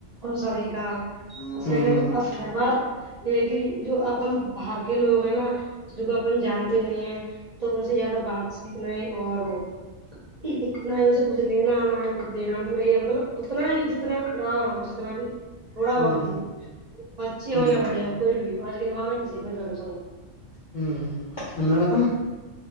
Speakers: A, on the right (about 45°); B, on the left (about 55°).
A: وہ سبھی <unintelligible>
B: ہ ہ ہ
A: ایک ہی جو باہر کے لوگ ہیں نا ج کو اپن جان تو نہیں تو ان سے زیادہ بات چیت نہیں اور نہ ہی اسے کچھ لینا نہ ہی ک دینا مطلب یہ مطلب اتنا ہی جتنا لگاو رہ ہو جتنا بھی تھوڑا
B: ہ
A: بہتتی ہی بچے
B: ہ
A: ہو
B: ہ
A: یا بڑے ہو کوئی بھی ہو آج کے زمانہ کسی ک <unintelligible>
B: ہ ہ ا میں بتاؤں